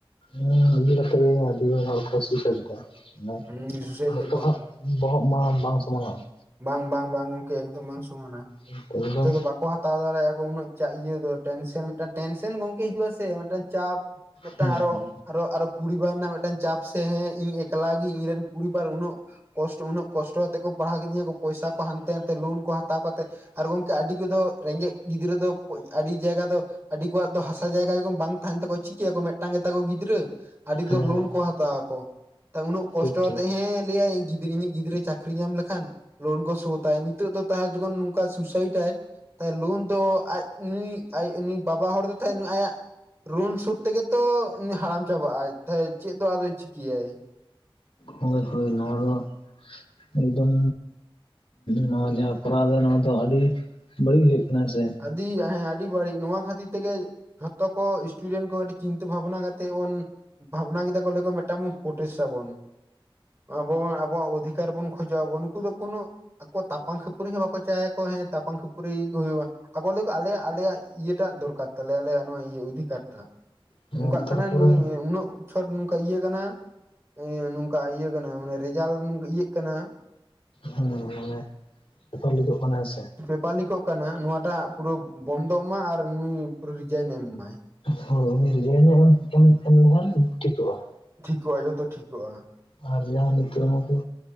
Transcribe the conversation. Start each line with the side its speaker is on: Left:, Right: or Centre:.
Left: ᱱᱤᱭᱟᱹ ᱤᱫᱤ ᱠᱟᱛᱮᱜ ᱜᱮ ᱟᱹᱰᱤ ᱦᱚᱲᱠᱚ ᱥᱩᱥᱟᱭᱤᱴ ᱫᱟ ᱾ ᱱᱮ
Right: ᱦᱩᱸ ᱥᱩᱥᱟᱹᱭᱮᱫ
Left: ᱡᱚᱛᱚ
Right: ᱛᱮᱠᱚ
Left: ᱦᱚᱲᱟᱜ ᱵᱚᱦᱚᱜ ᱢᱟ ᱵᱟᱝ ᱥᱚᱢᱟᱱᱚᱜᱼᱟ ᱾
Right: ᱵᱟᱝ ᱵᱟᱝ ᱵᱟᱝ ᱜᱚᱝᱠᱮ ᱮᱠᱫᱚᱢ ᱵᱟᱝ ᱥᱚᱢᱟᱱᱟ
Left: ᱮᱠᱫᱚᱢ
Right: ᱡᱚᱛᱚ ᱫᱚ ᱵᱟᱠᱚ ᱦᱟᱛᱟᱣ ᱫᱟᱲᱮᱭᱟᱜᱼᱟᱠᱚ ᱩᱱᱟᱹᱜ ᱪᱟᱜ ᱤᱭᱟᱹ ᱫᱚ ᱴᱮᱱᱥᱮᱱ ᱢᱤᱜᱴᱟᱝ ᱴᱮᱱᱥᱮᱱ ᱜᱚᱝᱠᱮ ᱦᱤᱡᱩᱜ-ᱟ ᱥᱮ ᱢᱮᱫᱴᱮᱡ ᱪᱟᱯ ᱢᱤᱫᱴᱟᱝ
Left: ᱦᱩᱸ
Right: ᱟᱨᱚ
Left: ᱦᱩᱸ
Right: ᱟᱨᱚ ᱟᱨᱚ ᱯᱚᱨᱤᱵᱟᱨ ᱨᱮᱱᱟᱜ ᱢᱤᱫᱴᱟᱝ ᱪᱟᱯ, ᱥᱮ ᱦᱮᱸ ᱤᱧ ᱮᱠᱞᱟ ᱜᱮᱤᱧ ᱤᱧᱨᱮᱱ ᱯᱚᱨᱤᱵᱟᱨ ᱩᱱᱟᱹᱜ ᱠᱚᱥᱴᱚ ᱩᱱᱟᱹᱜ ᱠᱚᱥᱴᱚ ᱠᱟᱛᱮ ᱠᱚ ᱯᱟᱲᱦᱟᱣ ᱠᱤᱫᱤᱧᱟ ᱠᱚ, ᱯᱚᱭᱥᱟ ᱠᱚ ᱦᱟᱸᱜ ᱦᱟᱱᱛᱮ ᱱᱟᱱᱛᱮ ᱞᱳᱱ ᱠᱚ ᱦᱟᱛᱟᱣ ᱠᱟᱛᱮᱫ, ᱟᱨ ᱜᱚᱝᱠᱮ ᱟᱹᱰᱤ ᱠᱚᱫᱚ ᱨᱮᱸᱜᱮᱡ ᱜᱤᱫᱽᱨᱟᱹ ᱫᱚ ᱟᱹᱰᱤ ᱡᱟᱭᱜᱟ ᱫᱚ ᱟᱹᱰᱤ ᱠᱚᱣᱟᱜ ᱫᱚ ᱦᱟᱥᱟ ᱡᱟᱭᱜᱟ ᱡᱚᱠᱷᱚᱱ ᱵᱟᱝ ᱛᱟᱦᱮᱱ ᱛᱟᱠᱚᱣᱟ ᱪᱤᱠᱟᱹᱭᱟᱠᱚ ᱢᱤᱫᱴᱟᱝ ᱜᱮᱛᱟᱠᱚ ᱜᱤᱫᱽᱨᱟᱹ᱾ ᱟᱹᱰᱤ ᱩᱛᱟᱹᱨ
Left: ᱦᱮᱸ
Right: ᱞᱳᱱ ᱠᱚ ᱦᱟᱛᱟᱣᱟᱠᱚ, ᱛᱟ ᱩᱱᱟᱹᱜ ᱠᱚᱥᱴᱚᱛᱮᱫ
Left: ᱴᱷᱤᱠ ᱴᱷᱤᱠ
Right: ᱦᱮᱸ ᱞᱟᱹᱭᱟᱭ ᱤᱧ ᱜᱤᱫᱽᱨᱟᱹ ᱤᱧ᱾ <unintelligible> ᱜᱤᱫᱽᱨᱟᱹ ᱪᱟᱹᱠᱨᱤ ᱧᱟᱢ ᱞᱮᱠᱷᱟᱱ ᱞᱳᱱ ᱠᱚ ᱥᱳᱫᱷᱟᱭ ᱱᱤᱛᱚᱜ ᱫᱚ <inaudible> ᱡᱚᱠᱷᱚᱱ ᱱᱚᱝᱠᱟ ᱥᱩᱭᱥᱟᱭᱤᱴᱟᱭ ᱞᱳᱱ ᱫᱚ ᱟᱡ ᱱᱩᱭ ᱱᱩᱭ ᱵᱟᱵᱟ ᱦᱚᱲ ᱫᱚ ᱛᱟᱦᱮ ᱟᱭᱟᱜ ᱨᱩᱢ ᱥᱩᱫ ᱛᱮᱜᱮ ᱛᱚ ᱦᱟᱲᱟᱢ ᱪᱟᱵᱟᱜᱼᱟ ᱪᱮᱫ ᱫᱚ ᱟᱫᱚᱭ ᱪᱤᱠᱟᱹᱭᱟᱭ,
Left: ᱦᱳᱭ ᱦᱩᱭ ᱱᱚᱣᱟ ᱫᱚ ᱮᱠᱫᱚᱢ ᱱᱚᱣᱟ ᱠᱚᱨᱟᱣ ᱫᱚ ᱱᱚᱣᱟ ᱫᱚ ᱟᱹᱰᱤ ᱵᱟᱹᱲᱤᱡ ᱦᱩᱭᱩᱜ ᱠᱟᱱᱟ ᱥᱮ
Right: ᱟᱹᱰᱤ ᱦᱮᱸ ᱟᱹᱰᱤ ᱵᱟᱹᱲᱤᱡ ᱱᱚᱣᱟ ᱠᱷᱟᱹᱛᱤᱨ ᱛᱮᱜᱮ ᱡᱷᱚᱛᱚ ᱠᱚ ᱥᱴᱩᱰᱮᱱᱴ ᱠᱚ ᱠᱟᱹᱴᱤᱪ ᱪᱤᱱᱛᱟᱹ ᱵᱷᱟᱵᱱᱟ ᱠᱟᱛᱮ ᱵᱚᱱ ᱵᱷᱟᱵᱱᱟ ᱠᱮᱫᱟ ᱠᱚ ᱢᱤᱫᱴᱟᱝ ᱵᱩᱱ ᱯᱚᱴᱤᱥᱟ ᱵᱚᱱ ᱟᱵ ᱟᱵᱚᱣᱟᱜ ᱩᱫᱷᱤᱠ ᱵᱮᱠᱟᱨ ᱵᱚᱱ ᱠᱷᱚᱡ ᱟᱣᱟᱵᱱ ᱱᱩᱠᱩ ᱫᱚ ᱠᱳᱱᱚ ᱟᱠᱚ ᱛᱟᱯᱟᱢ ᱠᱷᱟᱹᱯᱩᱨᱤ ᱦᱚᱸ ᱵᱟᱠᱚ ᱪᱟᱭ ᱟᱠᱚ ᱦᱮᱸ ᱛᱟᱯᱟᱢ ᱠᱷᱟᱹᱯᱩᱨᱤ ᱦᱩᱭᱩᱜᱼᱟ᱾ ᱟᱠᱚ ᱞᱟᱹᱭ ᱟᱠᱚ ᱟᱞᱮ ᱟᱞᱮᱭᱟᱜ ᱤᱭᱟᱹᱴᱟᱜ ᱫᱚᱨᱠᱟᱨ ᱛᱟᱞᱮᱭᱟ ᱟᱞᱮᱭᱟᱜ ᱱᱚᱣᱟ ᱚᱫᱷᱤᱠᱟᱨ ᱴᱟᱜ ᱾
Left: ᱦᱮᱸ
Right: ᱱᱚᱝᱠᱟᱜ
Left: ᱛᱟᱨᱯᱚᱨᱮ
Right: ᱠᱟᱱᱟ ᱱᱩᱭ ᱩᱱᱟᱹᱜ ᱪᱷᱚᱴ ᱱᱚᱝᱠᱟ ᱤᱭᱟᱹ ᱠᱟᱱᱟ ᱮᱸ ᱚᱱᱠᱟ ᱤᱭᱟᱹ ᱠᱟᱱᱟ ᱢᱟᱱᱮ ᱨᱮᱡᱟᱞᱴ ᱤᱭᱟᱹᱜ ᱠᱟᱱᱟ
Left: ᱦᱮᱸ ᱢᱟᱱᱮ ᱵᱮᱯᱟᱨ ᱞᱤᱠᱚᱜ ᱠᱟᱱᱟ ᱦᱮᱸ ᱥᱮ
Right: ᱯᱮᱯᱟᱨᱞᱤᱠᱚᱜ ᱠᱟᱱᱟ ᱱᱚᱣᱟ ᱴᱟᱜ ᱯᱩᱨᱟᱹ ᱵᱚᱱᱫᱚᱜ ᱢᱟ ᱟᱨ ᱱᱩᱭ ᱯᱩᱨᱟᱹ ᱨᱤᱡᱟᱭᱤᱱ ᱮᱢ ᱢᱟᱭ,
Left: <inaudible>
Right: ᱴᱷᱤᱠᱚᱜᱼᱟ ᱡᱷᱚᱛᱚ ᱴᱷᱤᱠᱚᱜᱼᱟ ᱾
Left: ᱟᱨ ᱡᱟᱦᱟᱸ ᱱᱤᱛᱚᱜ ᱱᱠᱩ